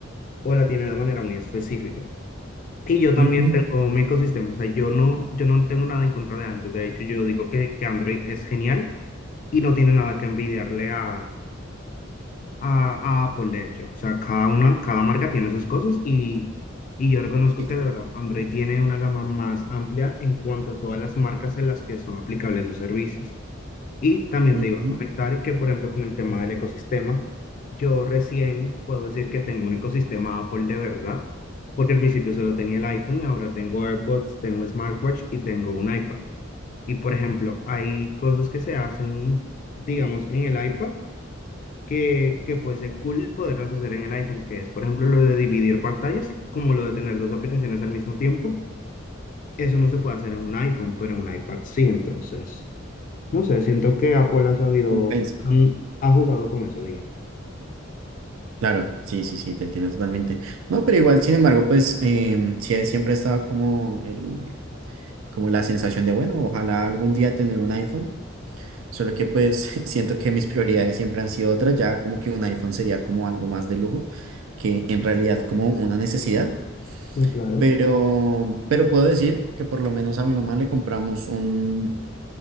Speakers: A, on the left; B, on the right.
A: o la tiene de manera muy específica. Y yo también
B: Ujú,
A: tengo mi ecosistema, o sea, yo no, yo no tengo nada en contra de Android. De hecho, yo digo que, que Android es genial y no tiene nada que envidiarle a, a, a Apple, de hecho. O sea, cada una, cada marca tiene sus cosas y, y yo reconozco
B: Sí,
A: que
B: claro.
A: de verdad Android tiene una gama más amplia en cuanto a todas las marcas en las que son aplicables sus servicios. Y también
B: ujú,
A: te iba a comentar que, por ejemplo, con el tema del ecosistema, yo recién puedo decir que tengo un ecosistema Apple de verdad, porque al principio solo tenía el iPhone, ahora tengo AirPods, tengo smartwatch y tengo un iPad. Y, por ejemplo, hay cosas que se hacen digamos, en el iPad que, que fuese cool poderlas hacer en el iPhone, que es, por ejemplo, lo de dividir pantallas, como lo de tener dos aplicaciones al mismo tiempo. Eso no se puede hacer en un iPhone, pero en un iPad sí, entonces. No sé, siento que Apple ha sabido,
B: Compensa.
A: mm, ha jugado con eso, digamos.
B: Claro, sí, sí, sí, te entiendo totalmente. No, pero igual, sin embargo, pues em, sí, siempre ha estado como el, como la sensación de, bueno, ojalá algún día tener un iPhone Solo que pues <laughs> siento que mis prioridades siempre han sido otras, ya como que un iPhone sería como algo más de lujo que en realidad como una necesidad,
A: Sí, claro.
B: pero, pero puedo decir que por lo menos a mi mamá le compramos un,